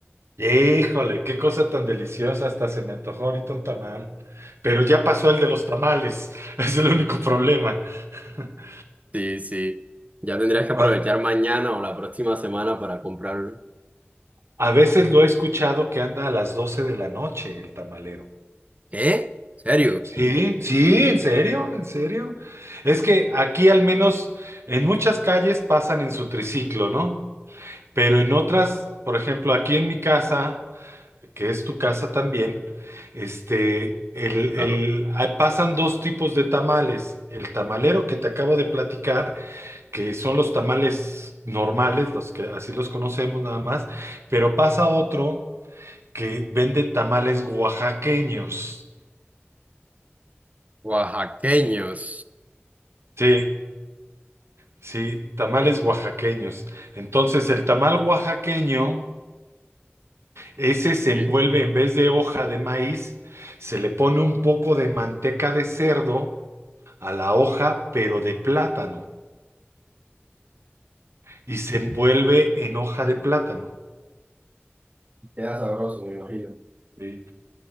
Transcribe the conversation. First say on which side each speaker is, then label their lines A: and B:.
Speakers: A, on the right (about 85°); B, on the right (about 35°).
A: Híjole, qué cosa tan deliciosa. Hasta se me antojó ahorita un tamal. Pero ya pasó el de los tamales. <laughs> Es el único problema. <laughs>
B: Sí, sí. Ya tendrías que aprovechar
A: A
B: mañana o la próxima semana para comprarlo.
A: a veces lo he escuchado que anda a las 12 de la noche el tamalero.
B: ¿Qué? ¿Serio?
A: Sí, sí, en serio, en serio. Es que aquí al menos en muchas calles pasan en su triciclo, ¿no? Pero en otras, por ejemplo, aquí en mi casa, que es tu casa también, este, el,
B: Claro.
A: el, ah, pasan dos tipos de tamales. El tamalero que te acabo de platicar, que son los tamales normales, los que así los conocemos nada más, pero pasa otro que vende tamales oaxaqueños.
B: Oaxaqueños.
A: Sí, sí, tamales oaxaqueños. Entonces, el tamal oaxaqueño Ese se envuelve
B: Sí.
A: en vez de hoja de maíz, se le pone un poco de manteca de cerdo a la hoja, pero de plátano, y se envuelve en hoja de plátano.
B: Queda sabroso, me imagino.
A: ¿sí?